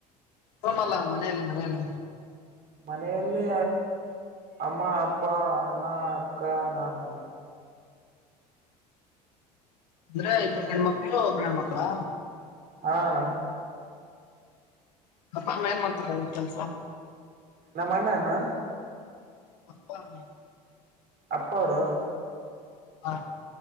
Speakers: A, on the left (about 70°); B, on the right (about 45°).
A: ರೂಮಲ್ಲ ಮನೆಯಲ್ಲಿ ಮನೆಯಲ್ಲಿ
B: ಮನೆಯಲ್ಲಿ ಅಮ್ಮ ಅಪ್ಪ ಅಣ್ಣ ಅಕ್ಕ ನಾನು
A: ಅಂದ್ರೆ ಇಬ್ರು ಗಂಡ್ ಮಕ್ಳು ಒಬ್ಳು ಹೆಣ್ ಮಕ್ಳಾ
B: ಹ ಅಣ್ಣ
A: ಅಪ್ಪ ಅಮ್ಮ ಏನ್ ಮಾಡ್ತಾರೆ ಕೆಲ್ಸ
B: ನಮ್ಮ ಅಣ್ಣನಾ
A: ಅಪ್ಪ <unintelligible>
B: ಅಪ್ಪ ಅವರು
A: ಹಾ